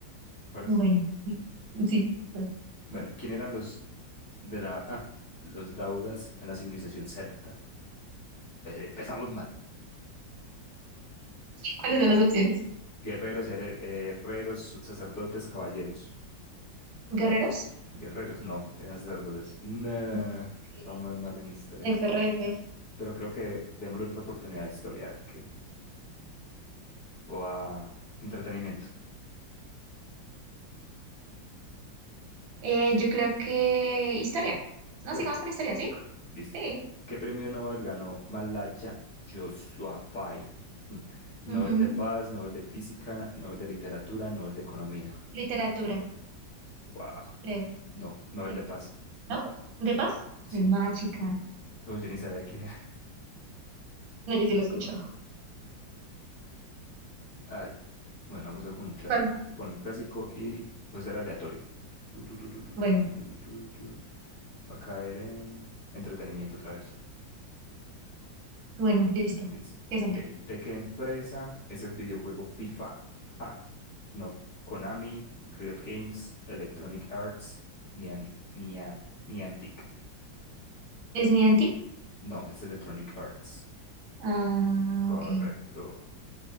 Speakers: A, on the left; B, on the right.
A: ¿Te parece?
B: Bueno, sí. sí. Vale.
A: Bueno, ¿quién eran los, dra- ah, los draudas en la civilización celta? Pe- Empezamos mal.
B: ¿Cuáles
A: Gue-
B: son las opciones?
A: Guerreros, here- herreros, sacerdotes, caballeros.
B: ¿Guerreros?
A: Guerreros, no, eran sacerdotes. Nah,
B: No. Ok.
A: vamos más mal en historia
B: SRF.
A: que en verdad. Pero creo que démosle otra oportunidad a historia, a ver qué. O a entretenimiento.
B: Eh, yo creo que historia.
A: Historia,
B: No, sigamos con historia, ¿sí?
A: listo.
B: Sí.
A: ¿Qué premio Nobel ganó Malacha Yousafzai? Hmm. Nobel
B: Ujú.
A: de Paz, Nobel de Física, Nobel de Literatura, Nobel de Economía.
B: Literatura,
A: Wow,
B: creo,
A: no, Nobel
B: sí.
A: de Paz.
B: ¿No? ¿De paz?
A: Sí,
B: De mágica.
A: no, yo ni sabía quién
B: No, yo sí lo he escuchado.
A: Ay, bueno, vamos a ver con un clásico.
B: ¿Cuál?
A: Con el clásico y puede ser aleatorio. Tu, tu, tu, tu, tu,
B: Bueno,
A: tu, tu, tu, tu, tu. Va a caer en entretenimiento otra vez.
B: bueno, listo.
A: Listo.
B: ¿Qué
A: ¿De,
B: sale?
A: de qué empresa es el videojuego FIFA? Ah, no. Konami, Riot Games, Electronic Arts, ni, ani- ni, a- ni Antic.
B: ¿Es Niantic?
A: No, es Electronic Arts.
B: Ah,
A: Correcto.
B: ok.